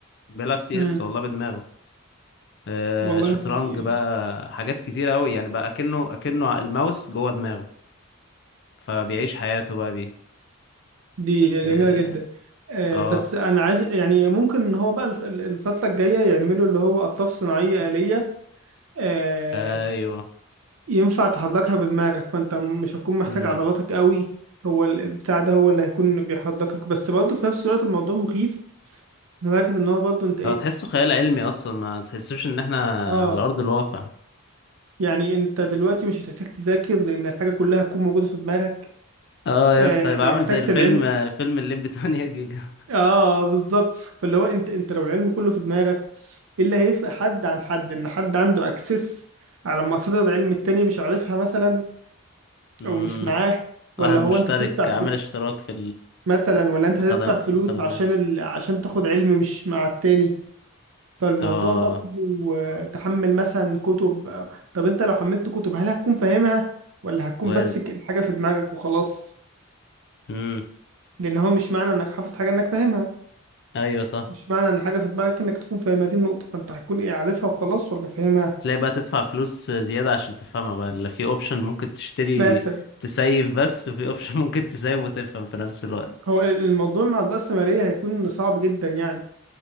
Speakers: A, on the left (about 55°); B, on the right (about 70°).
A: بيلعب سي
B: امم
A: اس والله بدماغه آه
B: والله
A: شطرنج
B: دي
A: بقى حاجات كتير قوي يعني بقى اكنه اكنه الماوس جوه دماغه فبيعيش حياته بقى بيه
B: دي
A: اه
B: جميلة جدا آه،
A: آه،
B: بس أنا عايز يعني ممكن إن هو بقى الف- الفترة الجاية يعملوا اللي هو أطراف صناعية آلية آه،
A: ايوه
B: ينفع تحركها بدماغك فأنت مش هتكون محتاج
A: امم
B: عضلاتك قوي هو ال- البتاع ده هو اللي هيكون بيحركك بس برضه في نفس الوقت الموضوع مخيف لدرجة إن هو برضه أنت إيه
A: هو تحسه خيال علمي اصلا ما تحسوش ان احنا
B: آه
A: على ارض الواقع
B: يعني أنت دلوقتي مش هتحتاج تذاكر لأن الحاجة كلها هتكون موجودة في دماغك
A: اه يا
B: آه،
A: اسطى هيبقى
B: لو
A: عامل
B: احتجت
A: زي الفيلم
B: العلم
A: آه، فيلم الليمبي 8 جيجا
B: اه بالظبط فاللي هو انت انت لو العلم كله في دماغك ايه اللي هيفرق حد عن حد ان حد عنده اكسس على مصادر علم التاني مش عارفها مثلا
A: امم
B: او مش معاه ولا
A: واحد مشترك
B: هو انت تدفع فلوس
A: عامل اشتراك في
B: مثلا ولا انت
A: الخدم
B: تدفع فلوس
A: في الخدمات
B: عشان ال... عشان تاخد علم مش مع التاني فالموضوع
A: اه
B: برضه آه، تحمل مثلا كتب آه، طب انت لو حملت كتب هل هتكون فاهمها ولا هتكون
A: وارد
B: بس ك- الحاجة في دماغك وخلاص
A: امم
B: لان هو مش معنى انك حافظ حاجة انك فاهمها
A: ايوه صح
B: مش معنى ان حاجه في دماغك انك تكون فاهمها دي النقطه فانت هتكون ايه عارفها وخلاص ولا فاهمها
A: تلاقي بقى تدفع فلوس زيادة عشان تفهمها بقى اللي في اوبشن ممكن تشتري
B: مثلا
A: تسيف بس وفي اوبشن ممكن تسيف وتفهم في نفس الوقت
B: هو ال- الموضوع مع الرأسمالية هيكون صعب جدا يعني